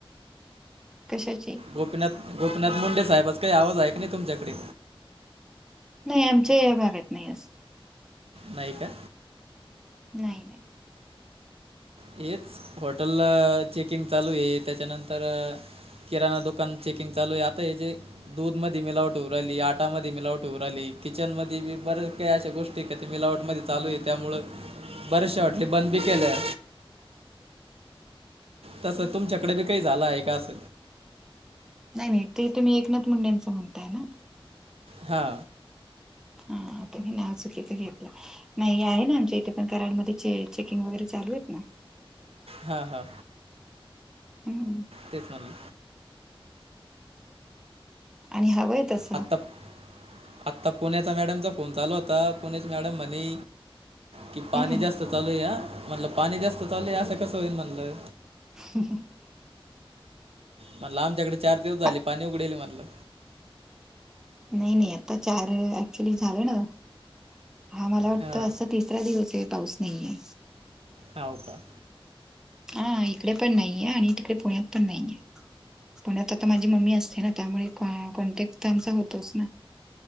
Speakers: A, in the centre; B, on the right.
A: कशाची?
B: गोपीनाथ, गोपीनाथ मुंडे साहेबाचा काही आवाज आहे का नाही तुमच्याकडे?
A: नाही आमच्या या भागात नाही अस.
B: नाही का?
A: नाही, नाही.
B: हेच हॉटेलला चेकिंग चालू आहे त्याच्यानंतर अ किराणा दुकान चेकिंग चालू आहे आता हे जे दूध मधी मिलावट होऊ राहीली, आटामध्ये मिलावट होऊ राहिली, किचन मध्ये बी बऱ्याच काही अशा गोष्टी ते काय ते मिलावट मध्ये चालू आहे, त्यामुळ बरेचशा हॉटेली बंद बी केल्या. तसं तुमच्याकडे बी काही झालं आहे का? अस
A: नाही नाही, ते तुम्ही एकनाथ मुंडेंच म्हणताय ना.
B: हा.
A: हा तुम्ही नाव चुकीचं घेतलं. नाही आहे ना, आमच्या इथे पण कराडमध्ये चेकिंग वगैरे चालू हेत ना.
B: हा हा,
A: हम्म
B: तेच म्हणलं.
A: आणि हवंय तसं
B: आता प आता पुण्याचा मॅडमचा फोन चालू होता, पुण्याची मॅडम म्हणे कि पाणी
A: हम्म
B: जास्त चालू आहे हा, म्हणलं पाणी जास्त चालू आहे असं कसं होईल म्हणल.
A: <unintelligible>
B: म्हणलं आमच्याकडे चार दिवस झाले
A: पा
B: पाणी उघडेलये म्हणलं.
A: नाही नाही, आता चार ऍक्च्युली झालं ना. हा मला वाटतं
B: हां
A: असा तिसरा दिवस आहे पाऊस नाहीे ये.
B: हाव का?
A: हा इकडे पण नाहीये, आणि तिकडे पुण्यात पण नाहीये. पुण्यात आता माझी मम्मी असते ना, त्यामुळे कॉन कॉन्टॅक्ट तर आमचा होतोच ना.